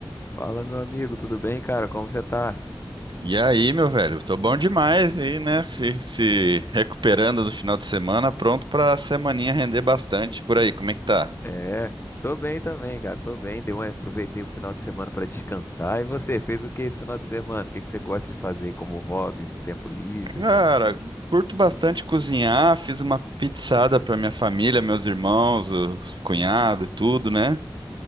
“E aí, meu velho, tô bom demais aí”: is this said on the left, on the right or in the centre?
Right